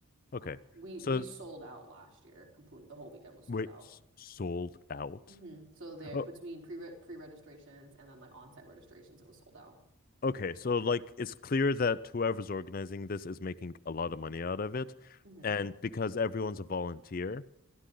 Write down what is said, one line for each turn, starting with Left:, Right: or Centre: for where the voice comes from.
Left: Okay.
Right: uh, we
Left: So
Right: we sold out last year complete the whole weekend was sold
Left: Wait,
Right: out.
Left: s- sold out?
Right: hmm So there
Left: Oh,
Right: between pre pre-registrations and then like on-site registrations it was sold out.
Left: okay. So, like, it's clear that whoever's organizing this is making a lot of money out of it.
Right: hmm
Left: And because everyone's a volunteer,